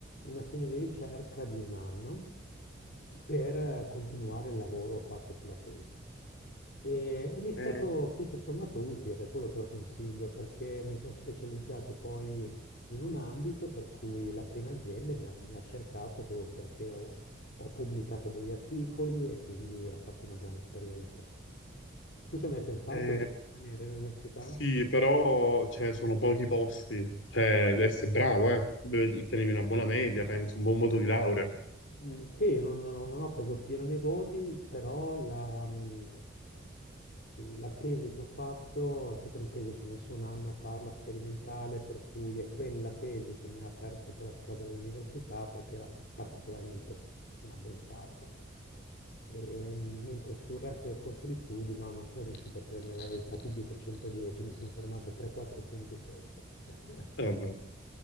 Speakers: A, on the left; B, on the left.
A: un assegno di ricerca di un anno per continuare il lavoro fatto sulla tesi. E, e mi è stato
B: Eh,
A: tutto sommato utile, per quello te lo consiglio, perché mi sono specializzato poi in un ambito per cui la prima azienda mi ha, mi ha cercato proprio perché ho, ho pubblicato degli articoli e quindi ho fatto una buona esperienza. Tu ci hai mai pensato
B: eh,
A: a rimanere all'università?
B: Sì, però cioè, sono pochi posti. Cioè, devi essere bravo, eh. Devi tenermi una buona media, penso, un buon voto di laurea.
A: Mm, sì, non, non- non ho preso il pieno dei voti, però la, mm, la tesi che ho fatto è stata una tesi, ci ho messo un anno a farla sperimentale, per cui è quella tesi che mi ha aperto poi la strada all'università perché era particolarmente insomma, ben fatta. E, mm, mentre sul resto del corso di studi, no, non sono riuscito a prendere il fatidico 110, mi sono fermato a 3-4 punti sotto. <laughs>
B: Eh, vabbè,